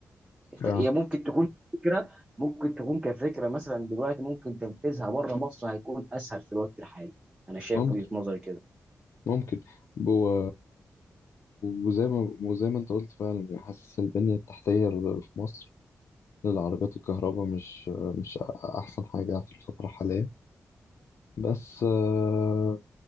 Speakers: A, on the right; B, on the left.
A: انت
B: آه.
A: هي ممكن تكون فكره ممكن تكون كفكره مثلا دلوقتي ممكن تنفيذها بره مصر هيكون اسهل في الوقت الحالي انا شايف
B: ممكن
A: وجهه نظري كده
B: ممكن جوه وزي ما وزي ما انت قلت فعلا يعني حاسس البنية التحتية ل- في مصر للعربيات الكهرباء مش مش أحسن حاجة في الفترة الحالية بس آه،